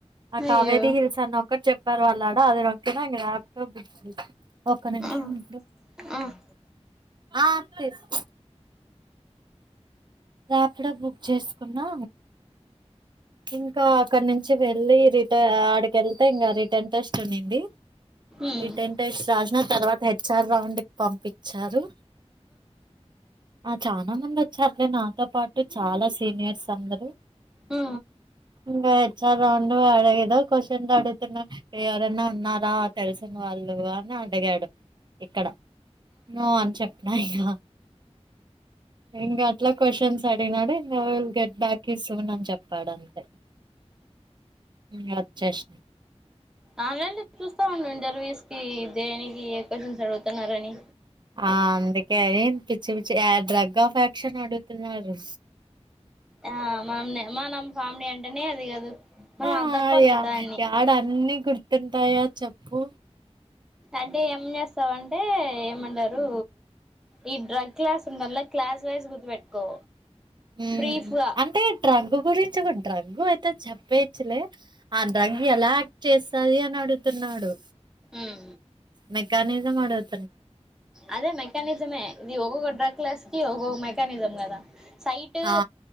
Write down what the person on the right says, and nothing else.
ఆ
కావేరీ హిల్స్ అన ఒక్క చెప్పారు వాళ్ళడ అది ఒకే ల్యాప్టాప్ చే ఒక్క నిమిషం
ఇడు
ఆ తీష్ రాపిడో బుక్ చేసుకున్నా ఇంకా అక్కడ నుంచి వెళ్ళి రిట ఆడికి వెళ్తే ఇంకా రిటర్న్ టెస్ట్ ఉన్నింది
రిటైన్ టెస్ట్ రాసిన తర్వాత హెచ్ఆర్ రౌండ్కి పంపించారు ఆ చాలా మంది వచ్చారులే నాతో పాటు చాలా సీనియర్స్ అందరూ
ఇంగా హెచ్ఆర్ రౌండ్ అడగదా క్వశ్చన్ అడుతున్నా ఎవరైనా ఉన్నారా తెలిసిన వాళ్ వాన్నే అడగాడు ఇక్కడ ను అని చెప్పిన ఇగ ఇంగ అట్లా క్వషన్స్ అడిగినాడు విల్ గెట్ బ్యాక్ ఇస్తని చెప్ వాడంతే ఇ వచ్చేసి
ఆ అందుకే ఏ పిచ్చి పిచ్చి డ్రగ్ ఆఫ్ యాక్షన్ అడుగుతున్నారు
ఆ
అయ్యా
ఎడ అన్ని గుర్తుంటాయా చెప్పు
ఉ
అంటే డ్రగ్ గురించి కూడా డ్రగు అయితే చెప్పేచ్చలే ఆ డ్రగ్ ఎలా యాక్ట్ చేస్తది అని అడుగుతున్నాడు
మెకనిజం ఆడది
ఆ